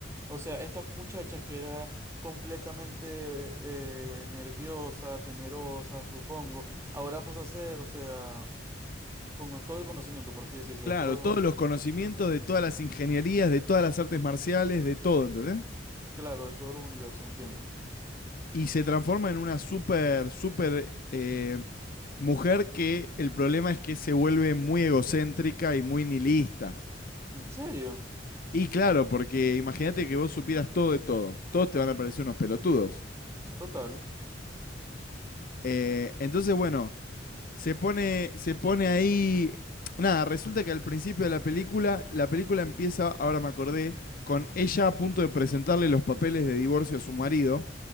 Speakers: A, on the right; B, on the left.
A: O sea, esta muchacha que era completamente eh, nerviosa, temerosa, supongo, ahora pasa a ser, o sea, con todo el conocimiento, por así decirse,
B: Claro,
A: de todos los,
B: todos los conocimientos de todas las ingenierías, de todas las artes marciales, de todo, ¿entendés?
A: claro, de todos los universos, entiendo.
B: y se transforma en una súper, súper eh, mujer que el problema es que se vuelve muy egocéntrica y muy nihilista.
A: ¿En serio?
B: Y claro, porque imagínate que vos supieras todo de todo. Todos te van a parecer unos pelotudos.
A: Total.
B: Eh, entonces, bueno, se pone, se pone ahí. Nada, resulta que al principio de la película, la película empieza, ahora me acordé, con ella a punto de presentarle los papeles de divorcio a su marido,